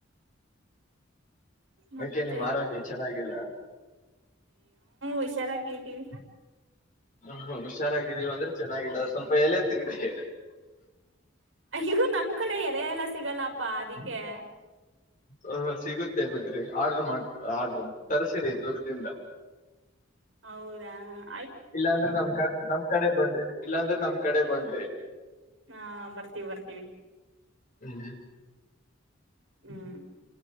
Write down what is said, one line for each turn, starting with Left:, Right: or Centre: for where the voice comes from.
Right: ಮತ್ತೆ
Left: ಅದಕ್ಕೆ ನಿಮ್ ಆರೋಗ್ಯ ಚೆನ್ನಾಗಿಲ್ಲ
Right: ಹುಷಾರಾಗಿದೀವಿ
Left: ಹ್ಮ್ ಹುಷಾರಾಗಿದ್ದೀವ ಅಂದ್ರೆ ಚೆನ್ನಾಗಿಡ ಸ್ವಲ್ಪ ಎಲೆೇ ತಿನ್್ರರಿ <unintelligible>
Right: ಇಗದು <unintelligible> ನಮ್ ಕಡೆ ಎಲೆ ಎಲ್ಲ ಸಿಗಲ್ಲಪ್ಪಾ ಅದಕ್ಕೆ
Left: ಹಹ ಸಿಗುತ್ತೆ ಬಿಡ್ರಿ ಆರ್ಡ್ರ ಮಾಡ್ ಆಡ್ರ ತರ್ಸಿರಿ ದೂರದಿಂದ
Right: ಹೌದಾ ಹ
Left: ಇಲ್ಲಾಂದ್ರೆ ನಮ್ ಕ ನಮ್ ಕಡೆ ಬನ್ ರೀ ಇಲ್ಲಾಂದ್ರ ನಮ್ ಕಡೆ ಬನ್
Right: ಹಾ ಬರ್ತೀವಿ ಬರ್ತೀವಿ
Left: ಹ್ಮ್
Right: ಹ್ಮ್